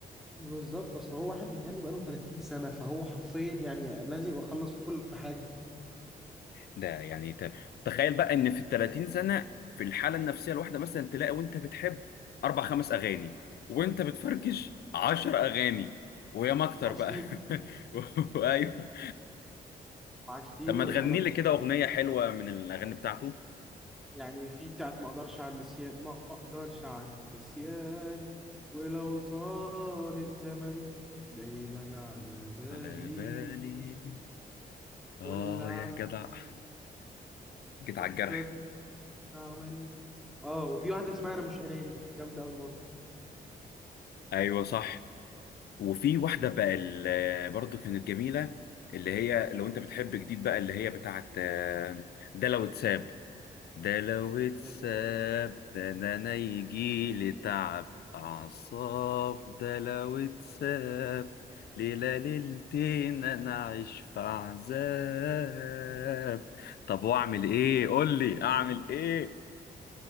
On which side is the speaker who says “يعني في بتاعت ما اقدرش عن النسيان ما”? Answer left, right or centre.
Centre